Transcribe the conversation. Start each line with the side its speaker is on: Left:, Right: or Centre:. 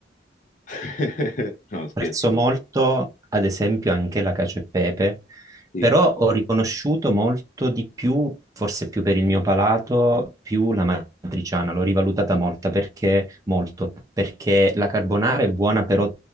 Left: <laughs> No, scherzo.
Right: Apprezzo molto, ad esempio, anche la cacio e pepe,
Left: Sì.
Right: però ho riconosciuto molto di più, forse più per il mio palato, più la matriciana, l'ho rivalutata molta perché, molto, perché la carbonara è buona, però